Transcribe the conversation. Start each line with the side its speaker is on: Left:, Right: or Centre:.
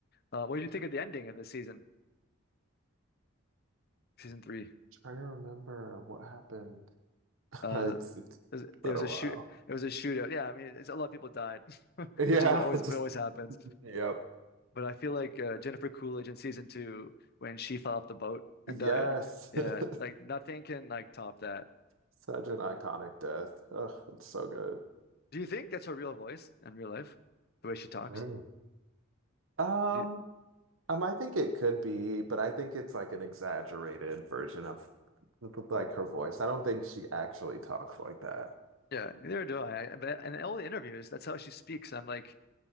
Left: Uh, what did you think of the ending of this season, season three?
Right: Trying to remember what happened. <laughs>
Left: Uh,
Right: It's it's
Left: it was it
Right: been
Left: was
Right: a
Left: a
Right: while.
Left: shoot. It was a shootout. Yeah, I mean, it's, a lot of people died, <laughs>
Right: Yeah,
Left: which is what always
Right: <laughs> just
Left: what always happens.
Right: yep.
Left: But I feel like uh, Jennifer Coolidge in season two, when she fell off the boat and
Right: Yes.
Left: died, yeah,
Right: <laughs>
Left: like nothing can like top that.
Right: Such an iconic death. Ugh, it's so good.
Left: Do you think that's her real voice in real life, the way she talks?
Right: Mm. Um,
Left: Do you-
Right: um, I think it could be, but I think it's like an exaggerated version of like her voice. I don't think she actually talks like that.
Left: yeah, neither do I. I but in all the interviews, that's how she speaks. I'm like,